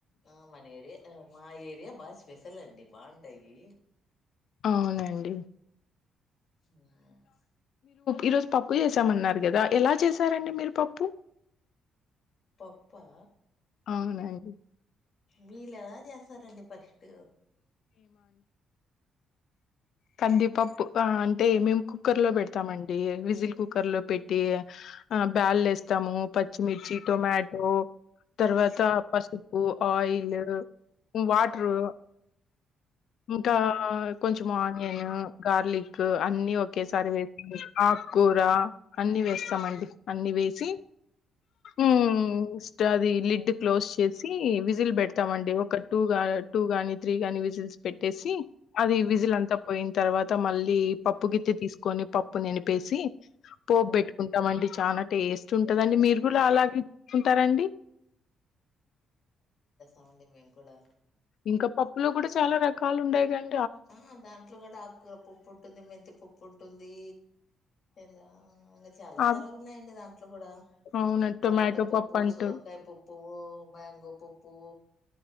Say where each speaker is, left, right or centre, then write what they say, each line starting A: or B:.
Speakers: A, on the left; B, on the left.
A: ఆ మనేరే ఆ మా ఏరియా బాగా స్పెషల్ అండి బాగుంటాయి
B: అవునండి
A: మ్
B: ఈ రోజు పప్పు చేసామన్నారు కదా ఎలా చేశారండి మీరు పప్పు
A: పప్పా
B: అవునండి
A: మీలేలా చేస్తారండి ఫస్ట్
B: కందిీపప్పు అంటే మేము కుక్కర్ లో పెడుతామండి విజిల్ కుక్కర్ లో పెట్టి ఆ బ్యాల్లు వేస్తాము పచ్చిమిర్చి టొమాటో తర్వాత పసుప్ పు ఆయిల్ వాటరు ఇంకా కొంచెం అనియన్ గార్లిక్ క్ అన్ని ఒకేసారి వేసి ఆకుకూర అన్ని వేస్తామండి అన్నిీ వేసి మ్ మ్ అది లిడ్ క్లోజ్ చేసి విజిల్ పెడతామండి ఒక టూ టూ గానీ త్రీ గాని విజిల్స్ పెట్టేసి అది విజిల్ అంతా పోయిన తర్వాత మళ్ళీ పప్పు గితి తీసుకొని పప్పు ననిపేసి పోపు పెట్టుకుంటాం అండి చాలా టేస్ స్ట్ ఉంటదండి మీరు
A: అంటే
B: కూడా అలాగేసుకుంటారండి
A: అవునండి మేము కూడా
B: ఇంకా పప్పులో కూడా చాలా రకాలు ఉండయ్ గా అం
A: ఆ దాంట్లో కూడా ఆకుర పప్పు ఉంటుంది మెంతిపప్పు ఉంటుంది ఎందా ఇంగ చాలా
B: ఆహ్,
A: చాలా ఉన్నాయండి దాంట్లో కూడా
B: అవునండి.
A: టమోటా
B: టొమాటో
A: పప్పు
B: అంటూ
A: సోరకాయ పప్పు మ్యాంగో పప్పు